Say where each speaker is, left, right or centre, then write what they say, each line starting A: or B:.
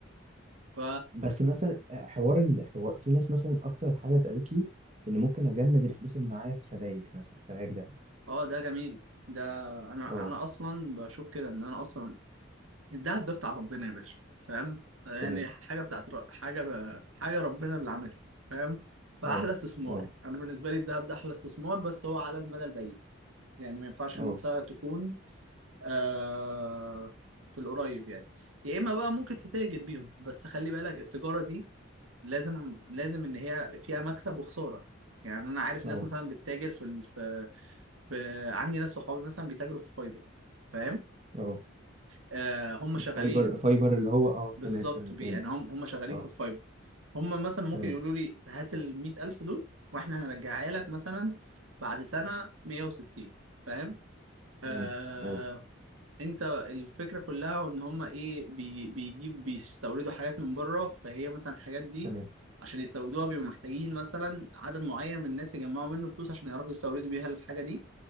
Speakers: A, on the right; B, on the right.
A: ف
B: بس مثلا حوار الحوار في ناس مثلا اكتر حاجه اتقالت لي ان ممكن اجمد الفلوس اللي معايا في سبائك مثلا سبائك ده
A: اه ده جميل ده انا
B: اه
A: انا اصلا بشوف كده ان انا اصلا الدهب ده بتاع ربنا يا باشا فاهم يعني
B: تمام
A: حاجه بتاعت ر... حاجه ب... حاجه ربنا اللي عاملها فاهم فاحلى
B: اه
A: استثمار
B: اه
A: انا بالنسبه لي الدهب ده احلى استثمار بس هو على المدى البعيد يعني ما ينفعش
B: اه
A: ان انت تكون آه... في القريب يعني يا اما بقى ممكن تتاجر بيهم بس خلي بالك التجاره دي لازم لازم ان هي فيها مكسب وخساره يعني انا عارف
B: اه
A: ناس مثلا بتتاجر في, ال... في... في عندي ناس صحابي مثلا بيتاجروا في فايبر فاهم
B: اه
A: آه هم شغالين
B: الفايبر فايبر اللي هو اه
A: بالظبط
B: تمام تمام
A: بي
B: فهمت
A: يعني هم هم شغالين
B: اه
A: في الفايبر هم مثلا ممكن
B: تمام
A: يقولوا لي هات ال 100000 دول واحنا هنرجعها لك مثلا بعد سنه 160 فاهم؟ آه،
B: تمام اه
A: انت الفكره كلها ان هم ايه بي بيجيب بيستوردوا حاجات من بره فهي مثلا الحاجات دي
B: تمام
A: عشان يستوردوها بيبقوا محتاجين مثلا عدد معين من الناس يجمعوا منه فلوس عشان يعرفوا يستوردوا بيها الحاجه دي